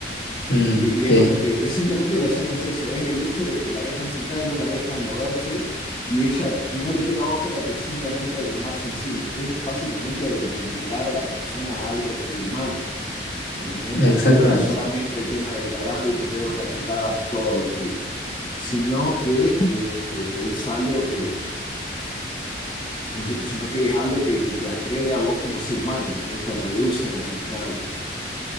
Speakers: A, on the left; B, on the left.
A: Mm,
B: Y, y es
A: sí,
B: como que es simplemente la escena es eso, es el hecho de que la dejan sentada y no la dejan moverse, y ella no le queda otra que simplemente orinarse encima, que es básicamente el denigrar a la persona, a algo subhumano. ¿entendés? Pues
A: exactamente.
B: no era solamente el tema de que agarro y te pego cachetadas todos los días, sino que este, es algo que, como cierto, sino que es algo que, que te agrede a vos como ser humano, ¿entendés? Te reducen a un animal.